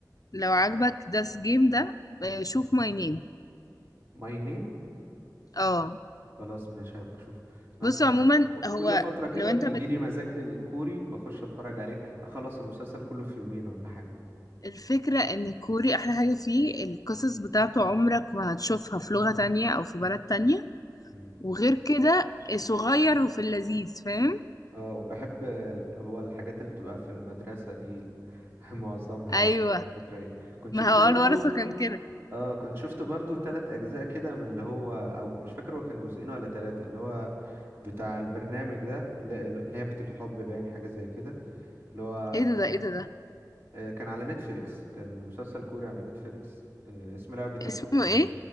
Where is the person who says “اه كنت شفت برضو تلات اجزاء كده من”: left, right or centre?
Right